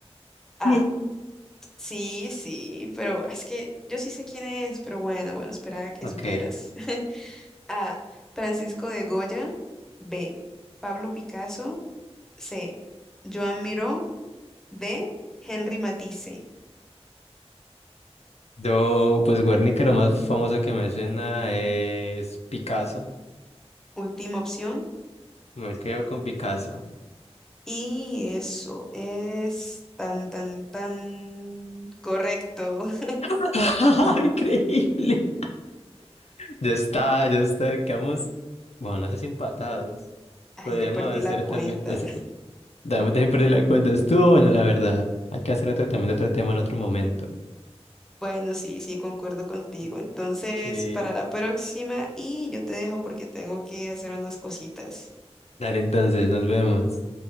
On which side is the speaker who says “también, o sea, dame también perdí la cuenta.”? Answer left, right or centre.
Left